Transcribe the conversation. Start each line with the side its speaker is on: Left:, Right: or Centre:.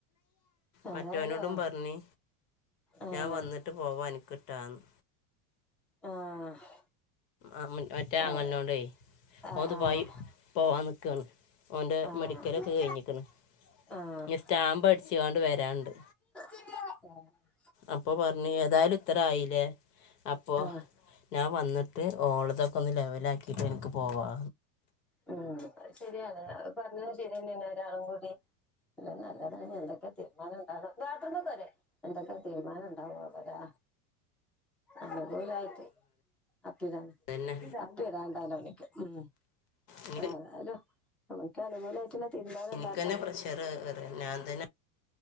Centre: ഏതായാലും
Left: മറ്റവനോടും പറഞ്ഞി
Centre: ആഹ്
Left: ഞാൻ വന്നിട്ട് പോവാ അനക്- ട്ടാന്ന്
Centre: ആഹ്
Left: ആ മ് മറ്റേ ആങ്ങളനോടെ
Centre: ആഹ് ആഹ്
Left: ഓൻ ദുബായ് പോവാൻ നിക്കാണ് ഓൻ്റെ
Centre: ആഹ്
Left: മെഡിക്കലൊക്കെ കഴിഞ്ഞിക്ക്ണ്
Centre: ആഹ്
Left: ഇനി സ്റ്റാമ്പ് അടിച്ച്ങ്ങാണ്ട് വരാണ്ട്
Centre: <unintelligible>
Left: അപ്പോ പറഞ്ഞ് ഏതായാലും ഇത്ര ആയില്ലേ അപ്പോ
Centre: ആഹ്
Left: ഞാൻ വന്നി- ട്ട് ഓളതൊക്കെ ഒന്ന് ലെവലാക്കിയിട്ട് എനിക്ക് പോവാ
Centre: ഉം അത് ശരിയാണ് അത് പറഞ്ഞത് ശരിതന്നെയാണ് ഒരാളും കൂടി- എല്ലാം നല്ലതന്നെ എന്തൊക്കെ തീരുമാനം ഉണ്ടാവ്ണെ ബാത്റൂമ് ക്കേറെ എന്തൊക്കെ തീരുമാനം ഉണ്ടാവ ആവോ ലേ
Left: അ <inaudible>
Centre: അ അതോലായിട്ട് അപ്പിടാന്
Left: തന്നെ
Centre: അപ്പിടാണ്ടോലോ ഓനിക്ക് ഉം
Left: എനിക്ക്
Centre: ഏതായാലും നമുക്ക് അനുകൂലായിട്ടുള്ള- തീരുമാനം
Left: എനിക്ക്
Centre: ഇണ്ടാവട്ടെ
Left: തന്നെ പ്രഷർ കേറാ ഞാൻ തന്നെ